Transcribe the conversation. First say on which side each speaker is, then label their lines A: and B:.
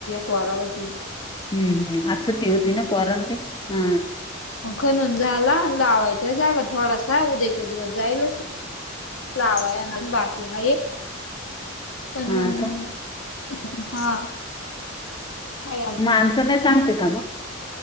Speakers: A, on the left (about 80°); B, on the left (about 20°).
A: वाला गलती <unintelligible>
B: हम हम आज सुट्टी होती ना पोरास्नी हा
A: खणून झाला लावायचा झाला थोडासा उद्याचा दिवस जायलच लावायांना बाकी आहेत पण
B: हा
A: मग
B: का
A: हा आहे अजून
B: माणसं काय सांगते का मग